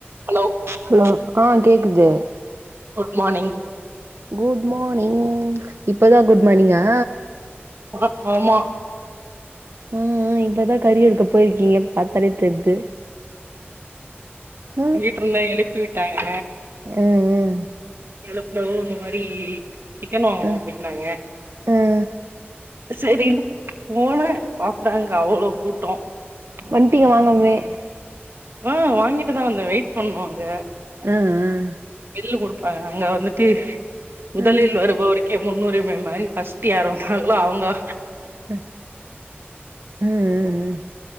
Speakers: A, on the right; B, on the right.
A: hello
B: hello ஆ கேக்குது
A: good மானிங்
B: கூட் மார்னிங் இப்பதா குட் மார்னிங்கா
A: ஆ ஆமா
B: ஆ ஆ இப்பதா கறி எடுக்க போயிருக்கீங்க பாத்தாலே தெர்து ஆ
A: வீட்ருந்த எழுப்பி விட்டாங்க
B: ஆ
A: எழுப்பவு இந்த மாரி சிக்கன் வாங்கனு
B: ஆ
A: அப்டின்னாங்க
B: ஆ
A: செரி போன பாத்தாங்க அவ்ளோ கூட்டோ
B: வட்டிக்கு வாங்னம்மே
A: ஆ வாங்கிட்டுதா வந்த வெயிட் பண்வாங்க
B: ம் ம்
A: பில்லு குடுப்பாங்க அங்க வந்துட்டு முதலில்
B: ஆ ஆ
A: வருபவருக்கே முன்னுரிமை மாரி ஃபஸ்ட்டு யாரு வந்தாங்களோ அவுங்கோ
B: ம் ம் ம்